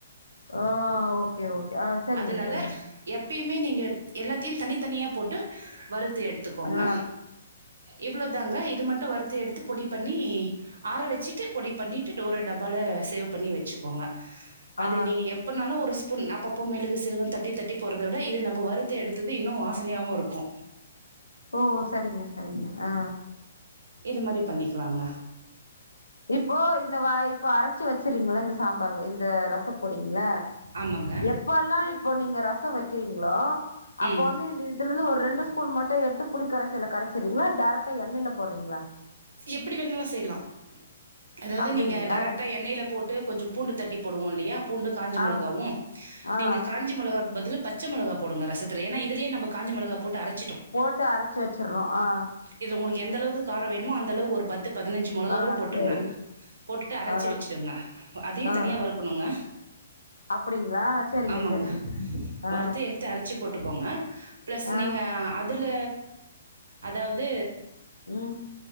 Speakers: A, on the left; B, on the right.
A: ஆ ஓகே ஓகே ஆ சரிங்க
B: அதனால
A: சரிங்க
B: எப்பயுமே நீங்க எல்லாத்தையு தனித்தனியா போட்டு வறுத்து எடுத்துக்கோங்க
A: ஆ
B: இவ்ளோ தாங்க இது மட்டு வறுத்த எடுத்து பொடி பண்ணி ஆற வச்சுட்டு பொடி பண்ணட்டு டோர டப்பால சேவ் பண்ணி வச்சுக்கோங்க
A: ஆ
B: அது நீங்க எப் எப்பபோனாலு ஒரு ஸ்பூன் அப்பப்போ மெழுகு சீரக தட்டி தட்டி போறத விட இது நம்ம வறுத்து எடுத்தது இன்னு வாசனையாவு இருக்கு
A: ஓ சரிங்க சரிங்க ஆ
B: இது மாரி பண்ணிக்கலாங்க
A: இப்போ இந்த வாய் இப்ப அரைச்சு வச்சறீங்களா இந்த சாம்பார் இந்த ரசப்பொடிங்கள
B: ஆமாங்க
A: எப் பல்லா இப்போ நீங்க ரச வைக்கிறீங்களோ அப்போ
B: ம்
A: வந்து இதுல இருந்து ஒரு ரெண்டு ஸ்பூன் மட்டு எடுத்து புளிக்கரசைல கரைச்சுரீங்களா டைரக்ட்டா எண்ணெயில போடுறீங்களா
B: எப்படி வேணுனாலு செய்யலா அதாவது
A: அப்டிங்களா
B: நீங்க டைரக்டா எண்ணெய்ல போட்டு கொஞ்ச பூண்டு தட்டி போடுவோ இல்லையா பூண்டு காஞ்சி
A: ஆ
B: மொளகாவு
A: ஆ ஆ
B: நீங்க காஞ்சி மொளகாக்கு பதில் பச் ச மொளகா போடுங்க ரசத்துல ஏன்னா இதுலே நாம காஞ்ச மொளகா போட்டு அரைச்
A: போட்டு அரைச்சு வச்சுறோ ஆ
B: இது உங்களுக்கு எந்தளவுக்கு கார வேணுமோ அந்த அளவு ஒரு பத்து பதினைஞ்சு மொளகா
A: ஆ
B: கூட போட்டுருங்க
A: சரி
B: போட்டுட்டு அரைச்சி
A: ஆ
B: வச்சுருங்க அதையு
A: ஆ
B: தனியா வறுக் கனுங்க
A: அப்டிங்களா சரிங்க
B: ஆமாங்க
A: சரிங்க ஆ ஆ
B: வறுத்து எடுத்து அரைச்சி போட்டுக்கோங்க ப்ளஸ்
A: ஆ
B: நீங்க அதுல அதாவது
A: ம்